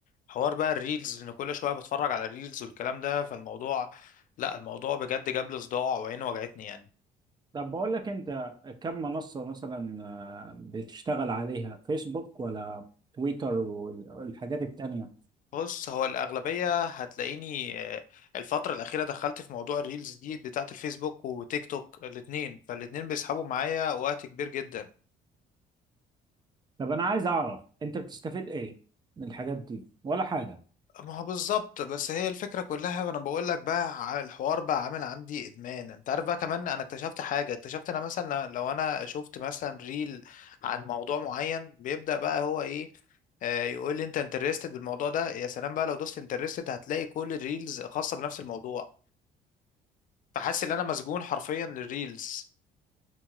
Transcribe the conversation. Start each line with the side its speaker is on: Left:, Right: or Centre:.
Left: حوار بقى الريلز ان كل شويه بتفرج على الريلز والكلام ده فالموضوع لا الموضوع بجد جاب لي صداع وعيني وجعتني يعني
Right: طب بقول لك انت كم منصة مثلا آه، بتشتغل عليها فيسبوك ولا تويتر وال- والحاجات التانية
Left: بص هو الأغلبية هتلاقيني آه، الفترة الأخيرة دخلت في موضوع الريلز دي بتاعة الفيسبوك وتيك توك الاتنين فالاتنين بيسحبوا معايا وقت كبير جدا
Right: طب انا عايز اعرف انت بتستفيد ايه من الحاجات دي ولا حاجة
Left: ما هو بالظبط بس هي الفكرة كلها أنا بقول لك بقى ع- الحوار بقى عامل عندي إدمان أنت عارف بقى كمان أنا اكتشفت حاجة اكتشفت أنا مثلا لو أنا شفت مثلا ريل عن موضوع معين بيبدأ بقى هو إيه آه، يقول لي انت انترستد بالموضوع ده يا سلام بقى لو دوست انترستد هتلاقي كل الريلز خاصة بنفس الموضوع فحاسس ان انا مسجون حرفيا للريلز